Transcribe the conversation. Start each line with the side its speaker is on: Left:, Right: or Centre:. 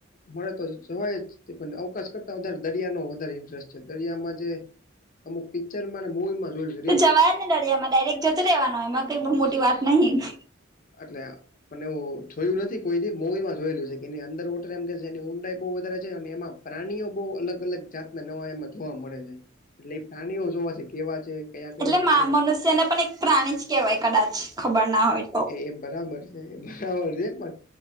Left: મળને તો જવાય જ પણ અવકાશ કરતા વધારે દરિયા નો વધારે ઇન્ટરેસ્ટ છે દરિયામાં જે અમું પિક્ચર મુવી માં જોઈ
Right: તો જવાય ને દરિયામાં ડાયરેક્ટ જતો રહેેવાનો એમાં કઈ બહુ મોટી વાત નહીં
Left: એટલે પણ એવું જોયું નથી કોઈ મોવીમાં જોયેલું છે કે અંદર વોટર એમ એની ઊંડાઈ બહ વધારે છે અને એમાં પ્રાણીઓ બહુ અલગ અલગ જાતના નવા એમાં જોવા મળે છે એટલે એ પ્રાણીઓ જોવા છે કેવા છે કયા કયા
Right: એટલે
Left: અલગ અલગ
Right: મનુષ્યને પણ એક પ્રાણી જ કેહેવાય કદાચ ખબર ના હોય તો
Left: એ બરાબર છે બરાબર છે પણ